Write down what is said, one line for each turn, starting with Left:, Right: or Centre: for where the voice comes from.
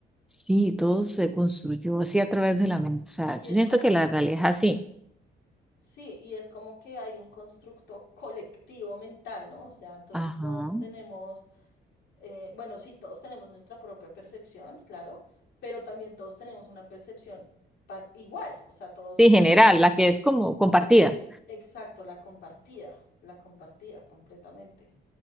Centre: Sí, todo se construyó así a través de la mente. O sea,
Left: Y
Centre: yo
Left: es
Centre: siento
Left: como,
Centre: que la realidad es así.
Left: sí, y es como que hay un constructo colectivo mental, ¿no? O sea, entonces
Centre: Ajá.
Left: todos tenemos, eh, bueno, sí, todos tenemos nuestra propia percepción, claro, pero también todos tenemos una percepción par- igual. O sea, todos,
Centre: Sí, general, la que es como compartida.
Left: exacto, la compartida, la compartida completamente.